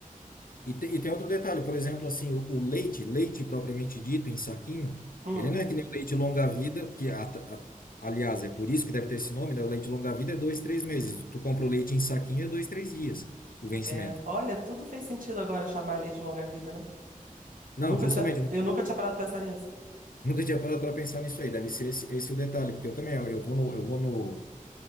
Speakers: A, on the left; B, on the right.
A: E, te- e tem outro detalhe, por exemplo, assim, o, o leite, leite propriamente dito, em saquinho,
B: Hum,
A: ele não é que nem o leite longa-vida, que, a- a- aliás, é por isso que deve ter esse nome, né? O leite longa-vida é dois, três meses. Tu compra o leite em saquinho, é dois, três dias o vencimento.
B: é. Olha, tudo fez sentido agora chamar leite longa-vida, né?
A: Não,
B: Nunca
A: justamente,
B: tinha,
A: nunca,
B: eu nunca tinha parado de pensar nisso.
A: nunca tinha parado para pensar nisso aí. Deve ser esse, esse o detalhe, porque eu também, eu, eu vou no, eu vou no,